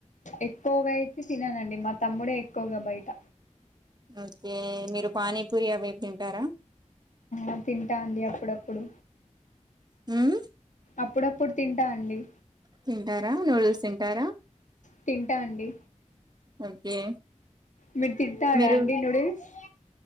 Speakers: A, on the left; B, on the right.
A: ఎక్కువగా అయితే తిననండి మా తమ్ముడే ఎక్కువగా బయట
B: ఓకే మీరు పానీపూరి అవి తింటారా
A: ఆ తింటా అండి అప్పుడప్పుడు
B: హ్మ్మ్
A: అప్పుడప్పుడు తింటా అండి
B: తింటారా నూడిల్స్ తింటారా
A: తింటా అండి
B: ఓకే
A: మీర్ తింటారా
B: మీరు
A: అండి నూడిల్స్ <inaudible>